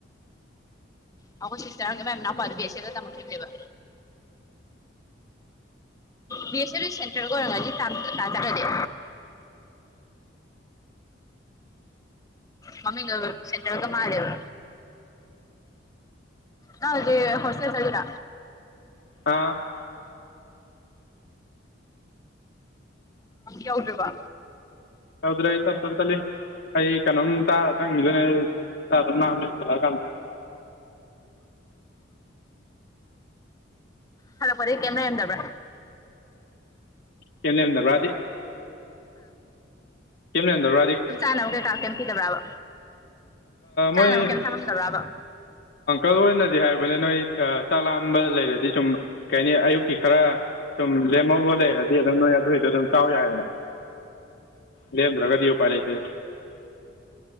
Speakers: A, on the left (about 20°); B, on the left (about 60°).
A: ꯑꯩꯈꯣꯏ ꯁꯤꯁꯇꯔ ꯀ ꯃꯦꯝꯅꯅꯥ ꯄꯥꯕꯤꯦ ꯇꯥ ꯊꯝ ꯂꯩꯕ ꯕꯤ ꯑꯦꯁ ꯑꯦꯐꯕꯤꯁ ꯁꯦꯟꯇꯔꯒ ꯑꯣꯏꯔꯅꯤ ꯇꯥꯖꯥꯔꯗꯤꯦ ꯃꯃꯤꯒ ꯁꯦꯟꯈꯔꯒ ꯃꯥꯦꯕ ꯍꯗꯦ ꯍꯁ ꯆ ꯂꯩꯗ
B: ꯑꯥ
A: ꯌꯎꯗ꯭ꯔꯤꯕ
B: ꯇꯧꯗ꯭ꯔꯦ ꯑꯩ ꯆꯞ ꯆꯝ ꯆꯠꯂꯤ ꯑꯩ ꯀꯩꯅꯣꯝ ꯇꯥꯔ ꯆꯪꯉꯗꯨꯅꯦ ꯑꯩ ꯆꯥꯗꯝ ꯂꯥꯛꯅꯤ ꯆꯠꯂꯛꯑꯀꯥꯟꯗ
A: ꯍꯂꯣ ꯀꯔꯤ ꯀꯦꯃꯦꯥ ꯌꯦꯡꯗꯕ꯭ꯔꯥ
B: ꯀꯩ ꯂꯩꯔꯗꯕ꯭ꯔꯥꯗꯤ ꯀꯦꯝ ꯂꯩꯦꯟꯗꯧ꯭ꯔꯣ
A: ꯇꯨ ꯆꯥꯅꯧꯦ ꯀꯥ ꯀꯦꯝꯝꯤꯗꯕ꯭ꯔꯕ ꯆꯥꯏ
B: ꯃꯣꯏ
A: ꯑꯃ ꯀꯦꯟ ꯊꯝꯗꯕ꯭ꯔꯥꯕꯣ
B: ꯑꯪꯀꯜ ꯑꯣꯏꯅꯗꯤ ꯍꯥꯏꯔꯕꯅꯤ ꯅꯣꯏ ꯆꯥꯛ ꯂꯥꯝꯕ ꯂꯩꯔꯗꯤ ꯁꯨꯝ ꯀꯩ ꯍꯥꯏꯅꯤ ꯑꯌꯨꯛꯀꯤ ꯈꯔ ꯁꯨꯝ ꯂꯦꯝꯍꯧꯕ ꯂꯩꯔꯗꯤ ꯑꯗꯨꯝ ꯅꯣꯏ ꯑꯗꯨꯏꯗꯣ ꯑꯗꯨꯝ ꯆꯥꯎ ꯌꯥꯏꯌꯦꯅ ꯂꯍꯟꯗ꯭ꯔꯒꯗꯤ ꯎꯄꯥꯏ ꯂꯥꯇꯦ